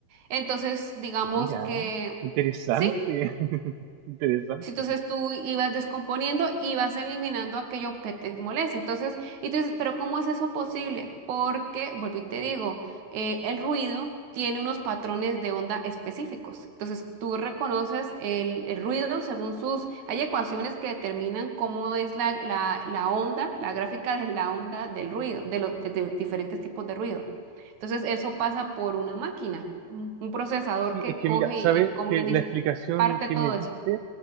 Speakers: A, on the right (about 50°); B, on the right (about 85°).
A: Entonces, digamos
B: Mira,
A: que
B: qué interesante.
A: sí,
B: <laughs> Qué interesante.
A: Sí, Entonces tú ibas descomponiendo y vas eliminando aquello que te molesta. Entonces, y tú dices, pero ¿cómo es eso posible? Porque, vuelvo y te digo, eh, el ruido tiene unos patrones de onda específicos. Entonces tú reconoces el, el ruido según sus... Hay ecuaciones que determinan cómo es la, la, la onda, la gráfica de la onda del ruido, de los diferentes tipos de ruido. Entonces eso pasa por una máquina, un un procesador
B: Sí,
A: que
B: es que
A: coge
B: mira, sabes
A: y como
B: que
A: quien dice,
B: la explicación
A: parte
B: que
A: todo
B: me diste,
A: eso.